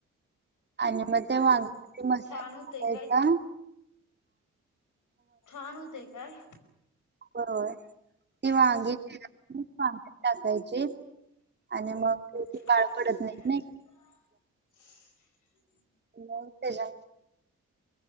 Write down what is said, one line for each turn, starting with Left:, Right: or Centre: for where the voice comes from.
Right: आणि मग ते
Left: हा
Right: वांग मसाला
Left: छान होतय
Right: टकायचा
Left: काय? छान होतेय काय?
Right: बरोबर ती वांगी पाण्यात टाकायची आणि मग
Left: <unintelligible>
Right: ती काळ पडत नाहीत
Left: ह
Right: नाही
Left: <inaudible>
Right: मग त्या